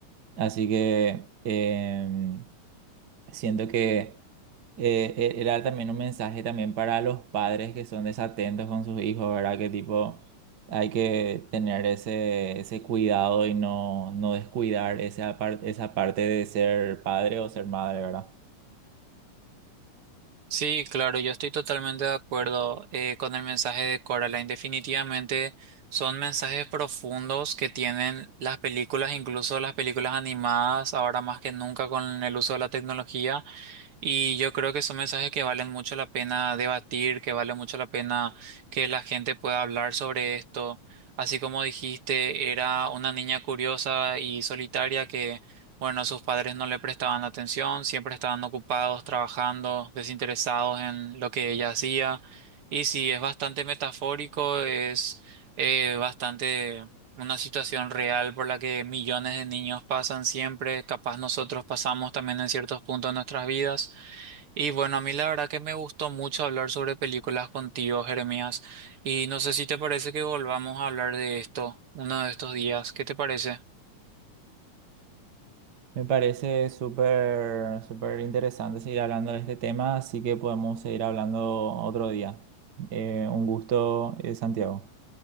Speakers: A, on the right; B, on the right.
A: Así que eh, siento que eh, e- era también un mensaje también para los padres que son desatentos con sus hijos, ¿verdad? Que tipo hay que tener ese, ese cuidado y no, no descuidar esa, par- esa parte de ser padre o ser madre, ¿verdad?
B: Sí, claro, yo estoy totalmente de acuerdo eh, con el mensaje de Coraline. Definitivamente son mensajes profundos que tienen las películas, incluso las películas animadas, ahora más que nunca con el uso de la tecnología. Y yo creo que son mensajes que valen mucho la pena debatir, que vale mucho la pena que la gente pueda hablar sobre esto. Así como dijiste, era una niña curiosa y solitaria que, bueno, sus padres no le prestaban atención, siempre estaban ocupados, trabajando, desinteresados en lo que ella hacía. Y sí, es bastante metafórico, es eh, bastante una situación real por la que millones de niños pasan siempre, capaz nosotros pasamos también en ciertos puntos de nuestras vidas. Y bueno, a mí la verdad que me gustó mucho hablar sobre películas contigo, Jeremías. Y no sé si te parece que volvamos a hablar de esto uno de estos días. ¿Qué te parece?
A: Me parece súper, súper interesante seguir hablando de este tema, así que podemos seguir hablando otro día. Eh, un gusto, eh, Santiago.